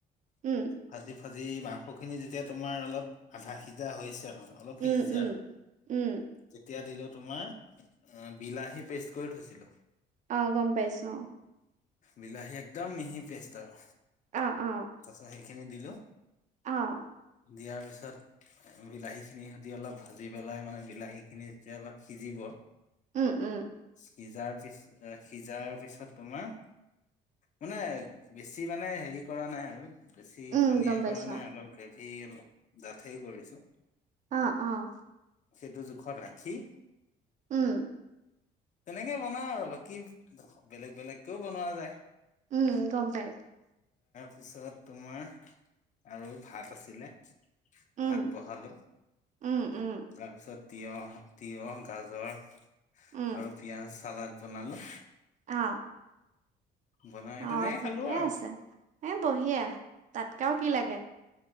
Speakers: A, on the right; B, on the left.
A: উম,
B: ভাজি-ভা জি মাংসখিনি যেতিয়া তোমাৰ অলপ আধা সিজা হৈছে অলপ
A: উম,
B: সিজিছে
A: উম,
B: আৰু,
A: উম,
B: তেতিয়া দিলো তোমাৰ বিলাহী পেষ্ট কৰি থৈছিলো।
A: অ, গম পাইছো অ।
B: বিলাহী একদম মিহি পেষ্ট আৰু।
A: অ', অ',
B: তাৰপিছত সেইখিনি দিলো,
A: অ'।
B: দিয়াৰ পিছত বিলাহীখিনি সহতি অলপ ভাজি পেলাই মানে বিলাহীখিনি যেতিয়া অলপ সিজিব
A: উম, উম।
B: সিজাৰ পিছ, অ সিজাৰ পিছ তোমাৰ মানে বেছি মানে হেৰি কৰা নাই আৰু। বেছি
A: উম,
B: পনীয়া
A: গম পাইছ
B: কৰা নাই, অলপ গ্ৰেভি, অলপ ডাঠেই কৰিছো।
A: অ, অ।
B: সেইটো জোখত ৰাখি
A: উম।
B: তেনেকে বনাও আৰু বাকী বেলেগ-বেলেগকেও বনোৱা যায়।
A: উম, গম পাই
B: তাৰপিছত তোমাৰ আৰু ভাত আছিলে।
A: উম,
B: ভাত বহালো,
A: উম, উম,
B: তাৰপিছত তিঁয়হ, তিঁয়হ, গাজৰ
A: উম,
B: আৰু পিঁয়াজ চালাড বনালোঁ।
A: অ।
B: বনাই তেনেকে
A: অ ঠিকে
B: খালো আৰু
A: আছে, এ বঢ়িয়া তাতকে আৰু কি লাগে।